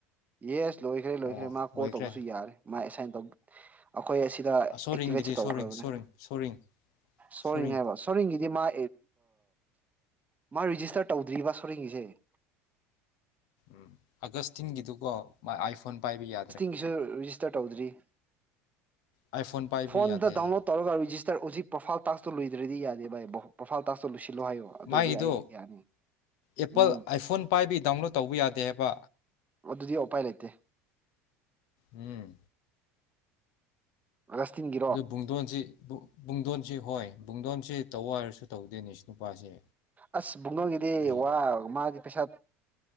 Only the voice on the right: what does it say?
ꯌꯦꯁ ꯂꯣꯏꯈ꯭ꯔꯦ ꯂꯣꯏꯈ꯭ꯔꯦ
ꯃꯥ
ꯀꯣꯜ ꯇꯧꯕꯁꯨ ꯌꯥꯔꯦ ꯃꯥ ꯑꯦꯁꯥꯏꯟ ꯇ ꯑꯩꯈꯣꯏ ꯑꯦꯛꯇꯤꯚꯦꯠ
ꯇꯧꯈ꯭ꯔꯕꯅꯦ
ꯁꯣꯔꯤ
ꯉꯥꯏ ꯁꯣꯔꯦꯡꯒꯤꯗꯤ ꯃꯥ ꯃꯥ ꯔꯤꯖꯤꯁꯇꯔ ꯇꯧꯗ꯭ꯔꯤꯕ ꯁꯣꯔꯦꯡꯒꯤꯁꯦ
ꯁꯨ ꯔꯤꯖꯤꯁꯇꯔ ꯇꯧꯗ꯭ꯔꯤ
ꯐꯣꯟꯗ
ꯗꯥꯎꯟꯂꯣꯗ ꯇꯧꯔꯒ ꯔꯤꯖꯤꯁꯇꯔ ꯍꯧꯖꯤꯛ ꯄ꯭ꯔꯣꯐꯥꯏꯜ ꯇꯥꯛꯁꯇꯣ ꯂꯣꯏꯗ꯭ꯔꯗꯤ ꯌꯥꯗꯦ ꯚꯥꯏꯕꯣ ꯄ꯭ꯔꯣꯐꯥꯏꯜ ꯇꯥꯛꯁꯇꯣ ꯂꯣꯏꯁꯤꯜꯂꯣ ꯍꯥꯏꯌꯣ ꯑꯗꯨ
ꯑꯣꯏꯔꯗꯤ ꯑꯩ ꯌꯥꯅꯤ
ꯎꯝ
ꯑꯗꯨꯗꯤ ꯑꯣꯄꯥꯏ ꯂꯩꯇꯦ
ꯑꯒꯁꯇꯤꯟꯒꯤ
ꯑꯁ ꯕꯨꯡꯗꯣꯟꯒꯤꯗꯤ
ꯋꯥ ꯃꯥꯗꯤ ꯄꯩꯁꯥ